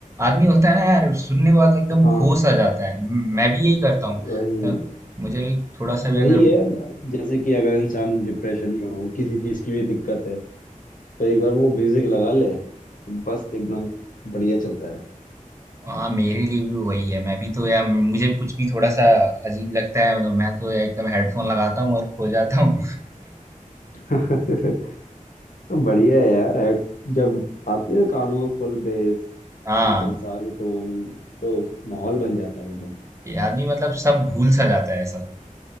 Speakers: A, on the right; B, on the left.
A: आदमी होता है ना यार सुनने के बाद एकदम
B: हाँ
A: खो सा जाता है म- मैं भी यही करता हूँ
B: वही
A: तो मुझे भी थोड़ा सा
B: वही
A: भी अगर
B: है जैसे कि अगर इंसान डिप्रेशन में हो किसी चीज की भी दिक्कत है तो एक बार वो म्यूजिक लगा ले तो बस एकदम बढ़िया चलता है
A: हाँ मेरे लिए भी वही है मैं भी तो यार मुझे कुछ भी थोड़ा सा अजीब लगता है तो मैं तो यार एकदम हेडफोन लगाता हूँ और खो जाता हूँ
B: <laughs> बढ़िया है यार हेड जब आती है ना कान में फुल बेस
A: <laughs> हाँ
B: एकदम सारी टोन तो माहौल बन जाता है एकदम
A: आदमी मतलब सब भूल सा जाता है ऐसा